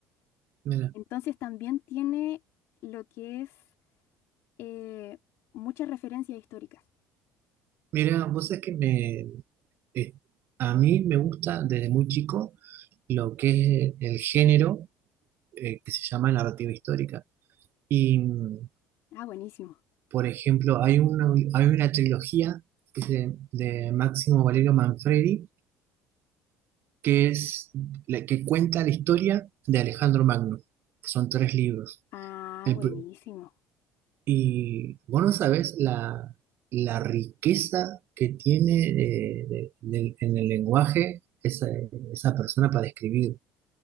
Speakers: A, on the right; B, on the left.
A: Mira,
B: Entonces también tiene lo que es eh, muchas referencias históricas.
A: mira, vos sabés que me, eh, a mí me gusta desde muy chico lo que es el género eh, que se llama narrativa histórica. Y, mm,
B: Ah, buenísimo.
A: por ejemplo, hay una, hay una trilogía que es de Máximo Valerio Manfredi que es la que cuenta la historia de Alejandro Magno. que Son tres libros.
B: Ah,
A: El
B: buenísimo.
A: pr- y vos no sabés la, la riqueza que tiene eh, de- del- en el lenguaje esa, esa persona para escribir.